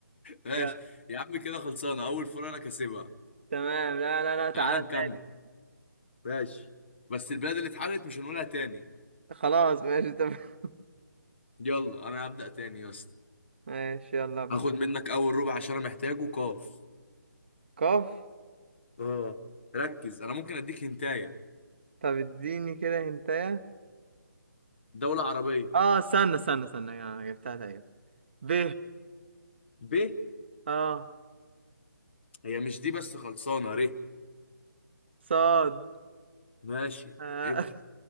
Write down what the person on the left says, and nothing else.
ماشي
يا عم كده خلصانة أول فرقة أنا كاسبها
تعال نكمل
ماشي بس البلاد اللي اتحرقت مش هنقولها تاني
يلا أنا هبدأ تاني يا اسطى
هاخد منك أول ربع عشان أنا محتاجه قاف
اه ركز أنا ممكن أديك هنتاية
دولة عربية
ب
هي مش دي بس خلصانة ر
ماشي
ابدأ